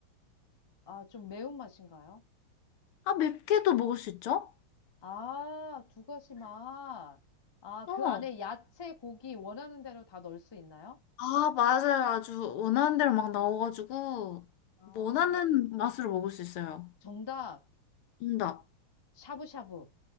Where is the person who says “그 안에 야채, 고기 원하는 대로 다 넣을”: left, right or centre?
Left